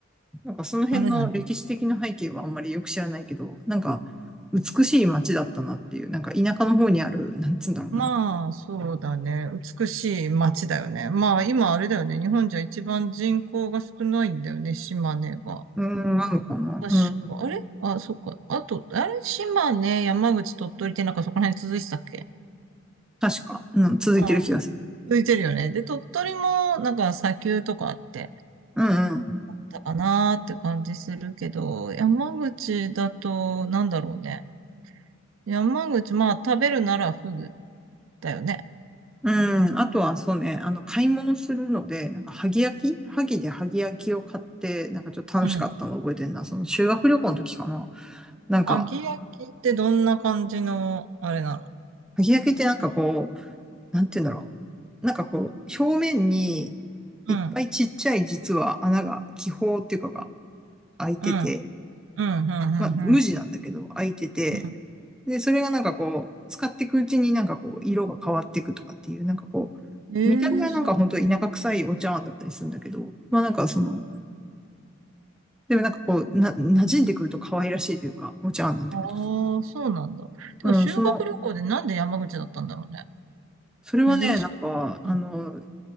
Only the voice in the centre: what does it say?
なんかその辺の歴史的な背景はあんまりよく知らないけど、
なんか、美しい街だったなっていう、なんか田舎の方にある、なんつうんだろうな。
うーん、なのかな。
うん。
確か、うん、続いてる気がする。
うんうん。
うん。あとは、そうね、あの、買い物するので、なんか、萩焼き萩で萩焼きを買って、なんかちょっと楽しかったの覚えてんな。
その修学旅行の時かな。なんか、
萩焼きってなんかこう、なんて言うんだろう。なんかこう、表面に
いっぱいちっちゃい実は穴が、気泡っていうかが開いてて、
まあ、無地なんだけど、
開いてて、
で、それがなんかこう、使っていくうちになんかこう、色が変わっていくとかっていう、なんかこ
う、見た目はなんか本当田舎臭いお茶碗だったりするんだけど、
まあなんかその、
でもなんかこう、な、馴染んでくると可愛らしいというか、お茶碗なんだけど。
うん、
その、それはね、
なんか、あの、